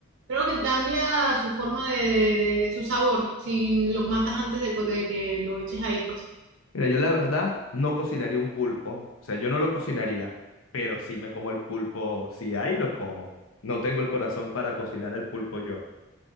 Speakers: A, on the right; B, on the left.
A: Creo que cambia su forma de, de- de- su sabor si lo matas antes de, co- de que lo eches ahí, pues.
B: Mira, yo la verdad no cocinaría un pulpo. O sea, yo no lo cocinaría, pero sí me como el pulpo. Si hay, lo como. No tengo el corazón para cocinar el pulpo yo.